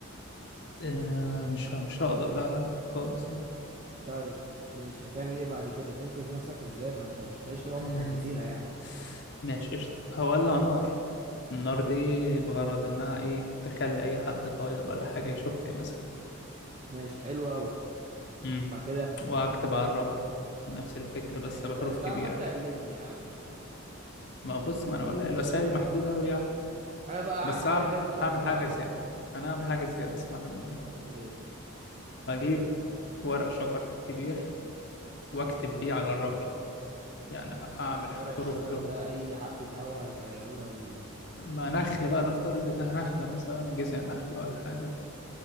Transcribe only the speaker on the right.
طيب ماشي هتعمل ايه بعد كده هتنقذ نفسك ازاي ما انت مش هتعيش طول عمرك
على الجزيرة يعني
ماشي حلو قوي
بعد كده
يعني انت
انت
عمال تقلدني
يا عم
انا بقى
هعمل حاجه
غير متوقعه
بقى
هتعمل
ايه
ورق الشجر
ده اي حبه هوا هيطيروه هي